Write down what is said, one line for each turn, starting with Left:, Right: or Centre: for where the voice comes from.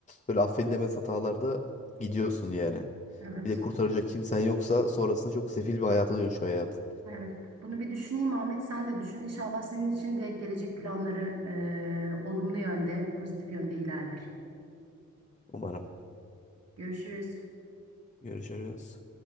Left: böyle affedilemez hatalarda gidiyorsun yani.
Right: evet.
Left: Bir de kurtaracak kimsen yoksa sonrasında çok sefil bir hayata dönüşüyor hayatın.
Right: Evet, bunu bir düşüneyim Ahmet. Sen de düşün. İnşallah senin için de gelecek planları e, olumlu yönde, pozitif yönde ilerler.
Left: Umarım.
Right: Görüşürüz.
Left: Görüşürüz.